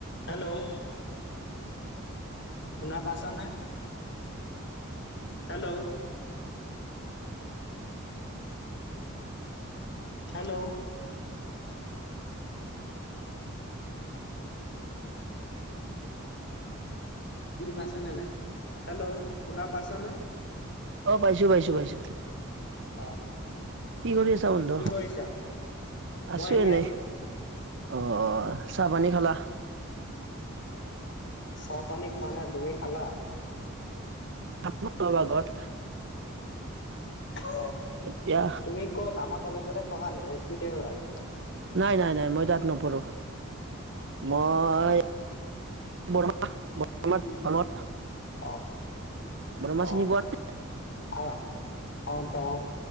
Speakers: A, on the left; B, on the right.
A: Hello শুনা পাইছানে hello hello শুনি পাইচ নে নাই হেল্ল' শুনা পাইছেনে
B: অ পাইছো পাইছো পাইছো
A: অ
B: কি কৰি আছা বন্ধু
A: কি কৰিছা? মই
B: আছো
A: এনেই
B: এনে অ অ চাহপানী খালা
A: চাহ পানী খোৱা নাই তুমি খালা
B: <unintelligible>
A: অ
B: এতিয়া
A: তুমি কত আমাৰ কলেজতে পঢ়া নে এছ বি দেওৰাত।
B: নাই নাই নাই মই তাত নপঢ়ো মই বৰ্মা বৰ্মাত
A: <unintelligible>
B: ধৰ্মত
A: <unintelligible> আহ
B: বৰ্মা
A: আহ
B: চিনি পোৱা নে?
A: আহ অ পাওঁ